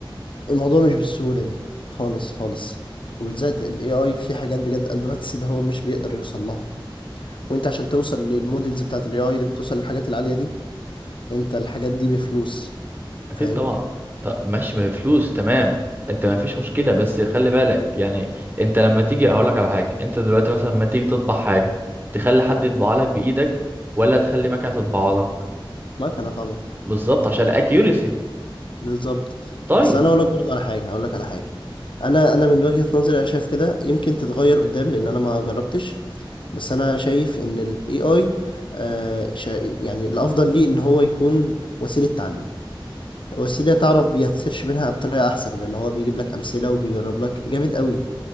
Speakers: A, on the left; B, on the right.
A: الموضوع مش بالسهولة دي خالص خالص وبالذات ال AI في حاجات بجد advanced ده هو مش بيقدر يوصل لها وانت عشان توصل للمودلز بتاعت الاي اي اللي بتوصل للحاجات العالية دي انت الحاجات دي بفلوس
B: اكيد
A: فاهم
B: طبعا طب ماشي ما بفلوس تمام انت ما فيش مشكلة بس خلي بالك يعني انت لما تيجي هقول لك على حاجة انت دلوقتي مثلا لما تيجي تطبع حاجة تخلي حد يطبعها لك بايدك ولا تخلي مكنة تطبعها لك
A: مكنة طبعا
B: بالظبط عشان الاكيوريسي
A: بالظبط
B: طيب
A: بس انا اقول لك برضه على حاجة اقول لك على حاجة انا انا من وجهة نظري انا شايف كده يمكن تتغير قدام لان انا ما جربتش بس انا شايف ان الاي اي آه شا- يعني الافضل ليه ان هو يكون وسيلة تعلم وسيلة تعرف بيتسيرش منها بطريقة احسن لان هو بيجيب لك امثلة وبيجرب لك جامد قوي